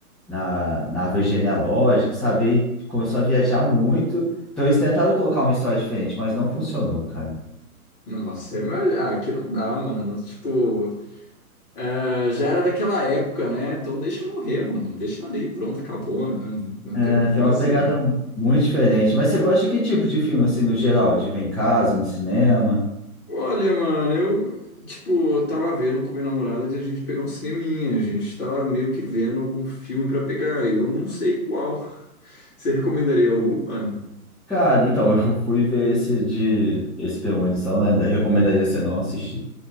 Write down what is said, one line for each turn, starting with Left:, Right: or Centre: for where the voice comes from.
Centre: na, na árvore genealógica, sabe? Aí começou a viajar muito. Então eles tentaram colocar uma história diferente, mas não funcionou, cara.
Left: nossa, mas, ah, aqui não dá, mano. Tipo, é, já era daquela época, né? Então deixa eu morrer, mano. Deixa ali, pronto, acabou, né? Não, não
Centre: É,
Left: tem o que
Centre: tem
Left: fazer.
Centre: uma pegada um, muito diferente. Mas você gosta de que tipo de filme, assim, no geral? De ver em casa, no cinema?
Left: Olha, mano, eu, tipo, eu tava vendo com minha namorada de a gente pegar um cineminha. A gente tava meio que vendo algum filme pra pegar. Eu não sei qual. <laughs> Você recomendaria algum, mano?
Centre: Cara, então, <laughs> eu fui ver esse de esse Premonição, né? Recomendaria você não assistir.